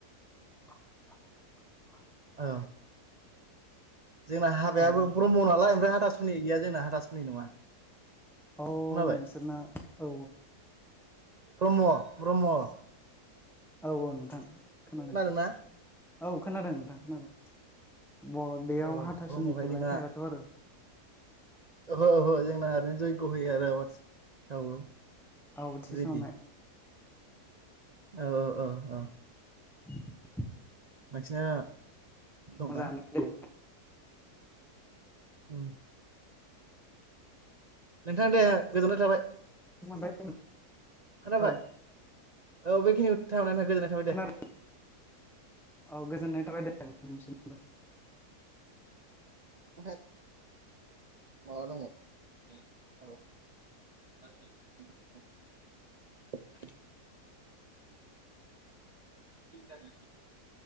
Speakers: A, in the centre; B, on the right.
A: <inaudible>
B: औ जोंना हाबायाबो
A: औ औ
B: ब्रह्म नालाय ओमफ्राय हाथासु नि गैया जोंना हाथासुनि नङा।
A: औ
B: खोनाबाय
A: नोंसोरना औ
B: ब्रह्म ब्रह्म
A: औ औ नोंथां। खोनादों
B: मानोना
A: औ खोनादों नोंथां खोनादों। ब बेयाव
B: औ
A: हाथासुनि
B: ब्रह्मखाय
A: खुरनाय
B: जोंना
A: थायाथ' आरो।
B: ओहो ओहो जोंना ओरैनो जयग्य होयो आरो। औ
A: औ थि
B: बिदि
A: सावनाय
B: औ औ औ औ
A: <unintelligible>
B: नोंसिना दंना
A: मोजांआनो
B: ओम। नोंथां दे गोजोननाय थाबाय
A: मोनबाय
B: खोनाबाय?
A: औ औ
B: औ बेखिनिखौ थनानै थाखाय गोजोननाय थाबाय
A: खोनादों
B: दे।
A: औ गोजोननाय थाबाय दे नोंथांनिसिमबो।
B: <unintelligible> माबा दङ <unintelligible> <unintelligible> <unintelligible>